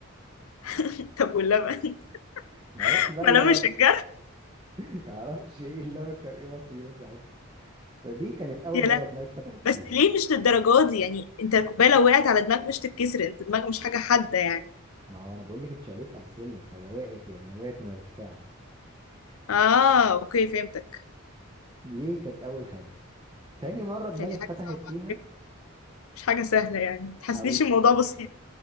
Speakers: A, on the left; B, on the right.
A: <laughs> طب واللبن
B: ما اعرفش
A: <laughs>
B: بقى
A: ما
B: اللبن
A: لمش الجرح
B: <laughs> ما اعرفش ايه اللبن كان ايه مصيره ساعتها فدي كانت اول
A: يا لهوي
B: مره دماغي اتفتحت
A: بس
B: فيها
A: ليه مش للدرجة دي يعني انت الكوباية لو وقعت على دماغك مش تتكسر انت دماغك مش حاجة حادة يعني
B: ما هو انا بقول لك اتشقلبت على السلم فهي وقعت يعني هي وقعت من الارتفاع
A: اه اوكي فهمتك
B: دي كانت اول حاجه تاني مره دماغي
A: يعني دي
B: اتفتحت
A: حاجة صعبة
B: فيها
A: على فكرة مش حاجة سهلة يعني متحسنيش
B: او
A: الموضوع بسيط